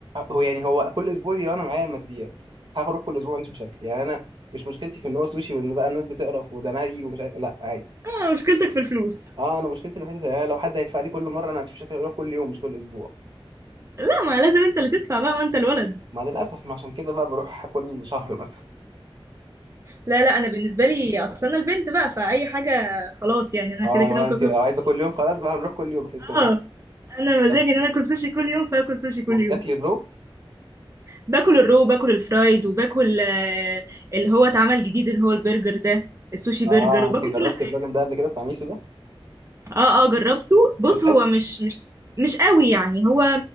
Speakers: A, on the right (about 55°); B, on the right (about 30°).
A: هو يعني هو كل اسبوع دي لو انا معايا الماديات هروح كل اسبوع ما عنديش مشاكل يعني انا مش مشكلتي في ان هو سوشي وان بقى الناس بتقرف وده ني ومش عارف لا عادي
B: اه مشكلتك في الفلوس
A: اه انا مشكلتي الوحيده في يعني لو حد هيدفع لي كل مره انا ما عنديش مشاكل اروح كل يوم مش كل اسبوع
B: لا ما لازم انت اللي تدفع بقى ما انت الولد
A: ما للاسف ما عشان كده بقى بروح كل شهر مثلا
B: لا لا انا بالنسبة لي اصلا انا البنت بقى فاي حاجة خلاص يعني انا
A: اه
B: كده كده
A: لو
B: ممكن
A: انت لو
B: اكل
A: عايزه
B: سوشي
A: كل يوم خلاص بقى هنروح كل يوم ست ماشي
B: اه انا مزاجي
A: طب
B: ان انا اكل سوشي كل يوم فاكل سوشي كل
A: وبتاكلي
B: يوم
A: الرو
B: باكل الرو باكل الفرايد وباكل آه، اللي هو اتعمل جديد اللي هو البرجر ده السوشي
A: اه
B: برجر وباكل
A: انت جربتي
B: كل حاجة
A: الراجل ده قبل كده بتاع ميسو ده
B: اه اه جربته بص
A: طب حلو
B: هو مش مش مش قوي يعني هو